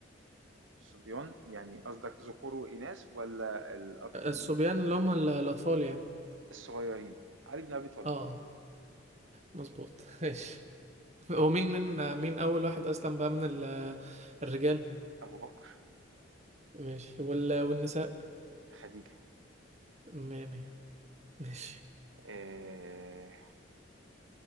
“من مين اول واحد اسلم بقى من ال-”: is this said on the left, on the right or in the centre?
Right